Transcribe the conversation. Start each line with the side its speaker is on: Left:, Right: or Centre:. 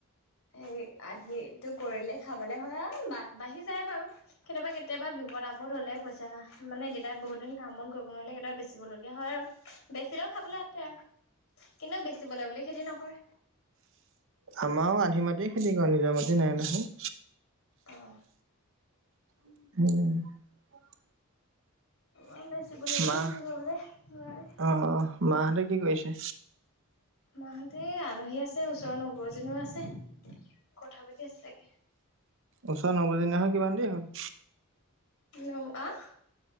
Left: এ, আধিটো কৰিলে খাবলে হয় আৰু, বা-বাঢ়ি যায় বাৰু কেতিয়াবা কেতিয়াবা। বিপত আপদ হ'লে পইচা মানে দেতাই বহুত দিন কাম বন কৰিব নোৱাৰিলে, কেতিয়াবা বেচিব লগগীয়া হয় আৰু বেছিলেও। খাবলৈ আটে আৰু কিন্তু বেচিবলে বুলি খেতি নকৰে।
Right: আমাৰও আধি মাটিয়ে খেতি কৰে। নিজৰ মাটি নাই নহয়।
Left: আহ।
Right: <unintelligible>
Left: অ' বেছি। বেচিবলৈ বুলি
Right: মা
Left: খেতি কৰিবলে নোৱাৰে।
Right: অ মাহঁতে কি কৰিছে?
Left: মাহঁতে আলহী আছে, ওচৰৰ নৌবো এজনীও আছে কথা পাতি আছে তাকে।
Right: ওচৰ নৌবো জনি অহা কিমান দেই হ'ল।
Left: ন আহ।